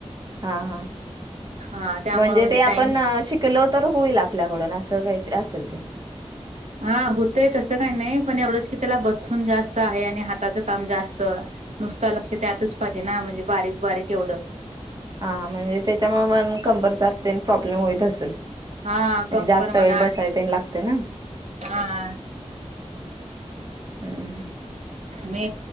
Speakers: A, on the right; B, on the right.
A: हा हा,
B: हा त्यामुळे
A: म्हणजे ते आपण
B: टाइम
A: शिक कलो तर होईल आपल्याकडून, असं कायतर असल
B: हा होतय तसं काही नाही पण एवढंच की त्याला बसून जास्त आहे. आणि हाताचं काम जास्त नुसत लक्ष त्यातच पाहिजे ना म्हणजे बारीक बारीक एवढं
A: हा म्हणजे त्याच्यामुळे म कंबरचा ते प्रॉब्लेम होईत असेल.
B: हा कंबर
A: जास्त
B: म्हणा
A: वेळ बसाय तेन लागते ना.
B: हा.
A: हम्म हम्म
B: मी,